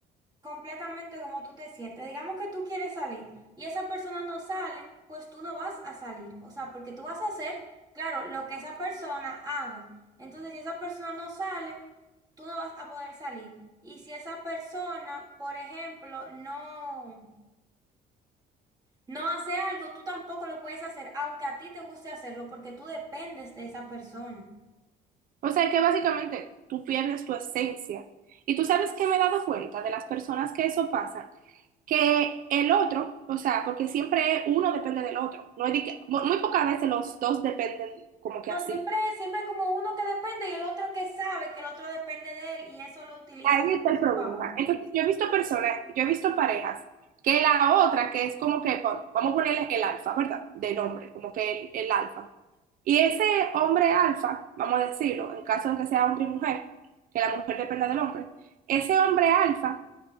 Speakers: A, on the right; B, on the right.
A: completamente cómo tú te sientes. Digamos que tú quieres salir y esa persona no sale, pues tú no vas a salir. O sea, porque tú vas a hacer, claro, lo que esa persona haga. Entonces, si esa persona no sale, tú no vas a poder salir. Y si esa persona, por ejemplo, no, no hace algo, tú tampoco lo puedes hacer, aunque a ti te guste hacerlo, porque tú dependes de esa persona.
B: O sea que básicamente tú pierdes tu esencia. Y tú sabes que me he dado cuenta de las personas que eso pasan, que el otro, o sea, porque siempre uno depende del otro, no es de que- muy pocas veces los dos dependen como que
A: No,
B: así.
A: siempre, siempre hay como uno que depende y el otro que sabe que el otro depende de él y eso lo utiliza
B: Ahí
A: a
B: está el
A: su
B: problema.
A: favor.
B: Entonces, yo he visto personas, yo he visto parejas, que la otra, que es como que, bueno, vamos a ponerle el alfa, ¿verdad? De nombre, como que el, el alfa. Y ese hombre alfa, vamos a decirlo, en caso de que sea hombre y mujer, que la mujer dependa del hombre, ese hombre alfa